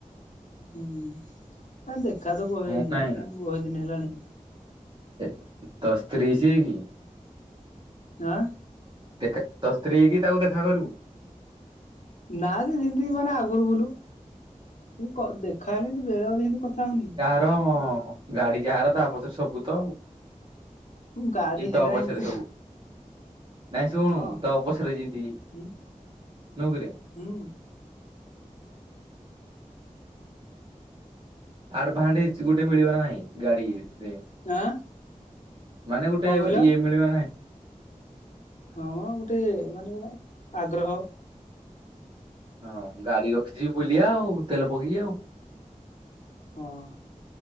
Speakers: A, on the left; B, on the right.
A: ହୁଁ, ଦେଖା ତ ବୋହେ
B: ହଁ ନାଇଁ
A: ବୋହେ ଦିନ ହେଲାଣି।
B: ଏ ତୋ ସ୍ତ୍ରୀ ସିଏ କି?
A: ଆଁ?
B: ଦେଖା ତୋ ସ୍ତ୍ରୀ କି ତାକୁ ଦେଖା କରିବୁ?
A: ନା ଯେ ଯିମିତି ମାନେ ଆଗରୁ ବୁଲୁ ତୁ କ ଦେଖା ହେଲେ ବେଳେ ବେଳେ ସେମତି କଥା ହଉନି।
B: ହଁ, ହଁ ହଁ ଗାଡି ଯାହାର ତା ପଛରେ ସବୁ ତ
A: ମୁଁ ଗାଡି
B: କିନ୍ତି
A: ହେରା
B: ତ ପଛରେ
A: ଏମିତି
B: ସବୁ। ନାଇଁ ଶୁଣୁ
A: ହଁ
B: ତୋ ପଛରେ ଯେମିତି
A: ହୁଁ
B: ନୁହେଁ କିରେ।
A: ହୁଁ।
B: ଆଡଭାଣ୍ଟଚ୍ ଗୋଟେ ମିଳିବ ନା ନାହିଁ ଗାଡି ରେ।
A: ଆଁ?
B: ମାନେ ଗୋଟେ
A: କଣ କହିଲ?
B: ଇଏ ମିଳିବ ନା ନାଇ।
A: ହଁମ ଗୁଟେ ମାନେ ଗୋଟେ ଆଗ୍ରହ।
B: ହଁ, ଗାଡି ରଖିଛି ବୁଲିବା ଆଉ ତେଲ ପକେଇକି ଆଉ।
A: ହଁ।